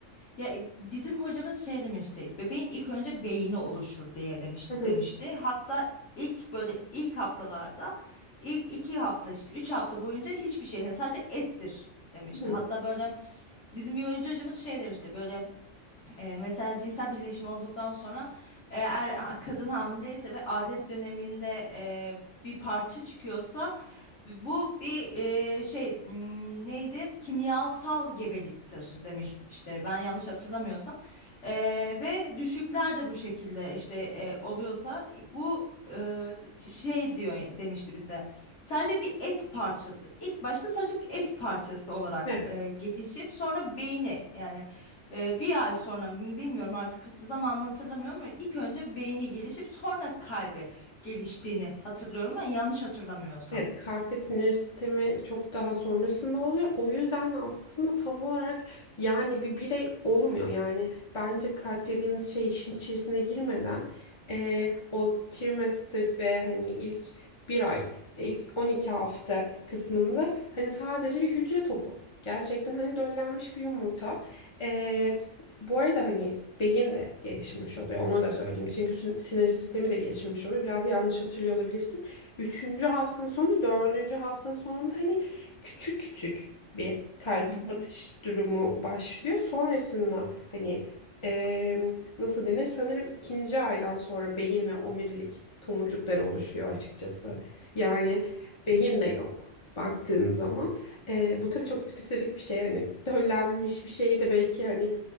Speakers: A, on the left; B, on the left.
A: Ya e, bizim hocamız şey demişti. Bebeğin ilk önce beyni oluşur diye demiş,
B: Hı hı.
A: demişti. Hatta ilk böyle ilk haftalarda ilk iki hafta işte üç hafta boyunca hiçbir şey sadece ettir demişti.
B: Hı hı.
A: Hatta böyle bizim biyoloji hocamız şey demişti böyle e, mesela cinsel birleşim olduktan sonra e, eğer ha- kadın hamileyse ve adet döneminde e, bir parça çıkıyorsa bu bir e, şey m, neydi? Kimyasal gebeliktir demiş işte ben yanlış hatırlamıyorsam. E, ve düşükler de bu şekilde işte e, oluyorsa bu e, şey diyor demişti bize. Sadece bir et parçası. İlk başta sadece bir et parçası olarak
B: Evet.
A: e, gelişip sonra beyni yani ee, bir ay sonra bilmiyorum artık hat- zamanını hatırlamıyorum ama ilk önce beyni gelişip sonra kalbi geliştiğini hatırlıyorum ben yanlış hatırlamıyorsam.
B: Evet, kalp ve sinir sistemi çok daha sonrasında oluyor. O yüzden aslında tam olarak yani bir birey olmuyor. Yani bence kalp dediğimiz şey işin içerisine girmeden eee, o trimester ve hani ilk bir ay, ilk 12 hafta kısmında hani sadece bir hücre topu. Gerçekten hani döllenmiş bir yumurta. Eee, bu arada hani beyin de gelişmiş oluyor. Onu da söyleyeyim. Çünkü sin- sinir sistemi de gelişmiş oluyor. Biraz yanlış hatırlıyor olabilirsin. Üçüncü haftanın sonu, dördüncü haftanın sonunda hani küçük küçük bir kalp
A: Hı hı.
B: atış durumu başlıyor. Sonrasında hani eee, nasıl denir? Sanırım ikinci aydan sonra beyin ve omurilik tomurcukları oluşuyor açıkçası. Yani beyin de yok baktığın zaman. Eee, bu tabii çok spesifik bir şey. Hani döllenmiş bir şey de belki hani